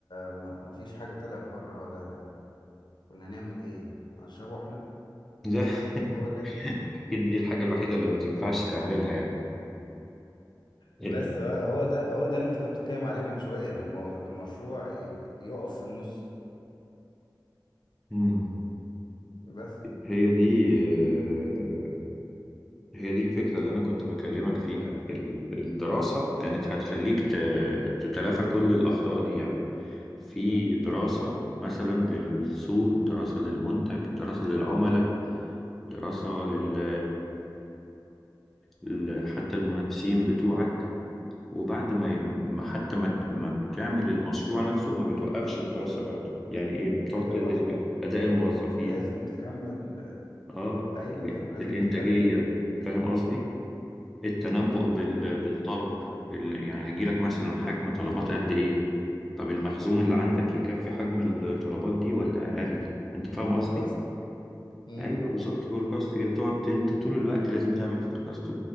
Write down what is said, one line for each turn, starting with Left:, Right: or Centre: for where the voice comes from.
Left: ما ما فيش حاجه طلعت بره ولا كنا نعمل ايه هنشربه احنا
Centre: ده <laughs>
Left: هو ده
Centre: اكيد دي الحاجة الوحيدة اللي ما تنفعش تعملها يعني ال...
Left: بس هو هو ده هو ده اللي انت كنت بتتكلم عليه من شوية ان المو- المشروع ي- يقف في النص
Centre: مم.
Left: بس
Centre: هي دي آه، هي دي الفكرة اللي أنا كنت بكلمك فيها ال- الدراسة كانت هتخليك ت- تتلافى كل الأخطاء دي يعني في
Left: مم.
Centre: دراسة
Left: مم.
Centre: مثلا للسوق دراسة للمنتج دراسة للعملاء دراسة لل ال- حتى المنافسين بتوعك وبعد ما ي- ما- حتى ما ت- ما بتعمل المشروع نفسه ما بتوقفش دراسة برضه يعني إيه بتقعد
Left: ايوه
Centre: تدرس
Left: طبعا
Centre: بقى أداء الموظفين
Left: لازم تكمل
Centre: آه
Left: ايوه
Centre: ال-
Left: ايوه لازم
Centre: الإنتاجية
Left: تكمل
Centre: فاهم قصدي؟ التنبؤ
Left: ايوه
Centre: بال...
Left: مم.
Centre: بالطلب بال... يعني هيجيلك مثلا حجم طلبات قد ايه طب المخزون اللي عندك يكفي حجم الطلبات دي ولا اقل انت فاهم
Left: فوركاست
Centre: قصدي
Left: مم.
Centre: ايوه بالظبط
Left: مم.
Centre: فوركاست كده تقعد ت- انت طول الوقت لازم تعمل فوركاست